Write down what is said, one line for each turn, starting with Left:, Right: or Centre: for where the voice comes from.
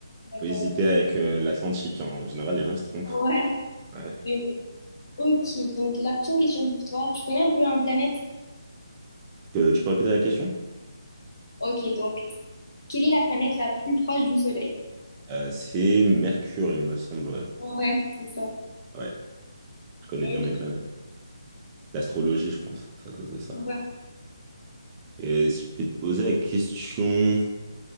Left: D'accord,
Right: Faut hésiter
Left: d'accord.
Right: avec euh, l'Atlantique. hein. En général, les gens se trompent.
Left: Ouais.
Right: Ouais.
Left: Oui, oui. Ok, donc la prochaine question pour toi. Tu connais un peu un planète?
Right: Euh, tu peux répéter la question?
Left: Ok, donc, quelle est la planète la plus proche du Soleil?
Right: Euh, c'est Mercure, il me semble. Ouais.
Left: Ouais, c'est ça.
Right: Ouais. Je connais
Left: Ok.
Right: bien mes planètes. L'astrologie, je pense, c'est à cause de ça.
Left: Ouais.
Right: Et je vais te poser la question,